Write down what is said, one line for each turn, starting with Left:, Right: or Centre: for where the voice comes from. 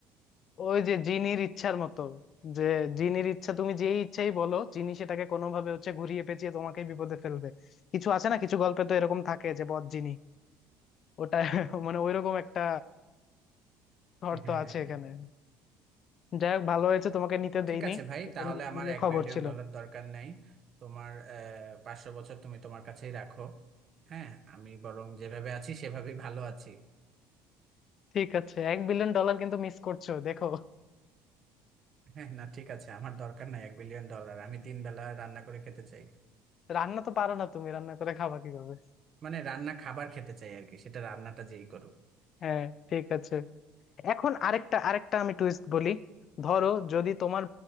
Left: ওই যে জিনির ইচ্ছার
Right: <laughs> মানে এটা সত্যি
Left: মতো
Right: সত্যি হ- হয়নি আমার সাথে তাহলে তো
Left: যে
Right: আমি ধরো পাঁচ বছর পরেই আমি নিজেই হয়তোবা সুইসাইড করতাম
Left: জিনির ইচ্ছা তুমি যেই ইচ্ছাই বলো জিনি সেটাকে কোনোভাবে হচ্ছে ঘুরিয়ে পেঁচিয়ে তোমাকে বিপদে ফেলবে কিছু আছে না কিছু গল্পে তো এরকম থাকে যে বদ জিনি ওটা <laughs> মানে ওইরকম একটা শর্ত
Right: <laughs> হ্যাঁ
Left: আছে এখানে যাই হোক ভালো হয়েছে তোমাকে নিতে
Right: ঠিক
Left: দেইনি
Right: আছে ভাই
Left: এটা
Right: তাহলে
Left: নি-
Right: আমার
Left: নিলে
Right: এক
Left: খবর
Right: বিলিয়ন
Left: ছিল
Right: ডলার দরকার নাই তোমার আহ, পাঁচশো বছর তুমি তোমার কাছেই রাখো হ্যাঁ আমি বরং যেভাবে আছি সেভাবেই ভালো আছি
Left: ঠিক আছে এক বিলিয়ন ডলার কিন্তু মিস করছো দেখো
Right: হ্যাঁ না ঠিক আছে আমার দরকার নাই এক বিলিয়ন ডলার আমি তিন বেলা রান্না করে খেতে চাই
Left: রান্না তো পারো না তুমি রান্না করে খাবা কিভাবে
Right: মানে রান্না খাবার খেতে চাই আর কি সেটা রান্নাটা যেই করুক
Left: হ্যাঁ ঠিক আছে এখন আরেকটা আরেকটা আমি টুইস্ট বলি ধরো যদি তোমার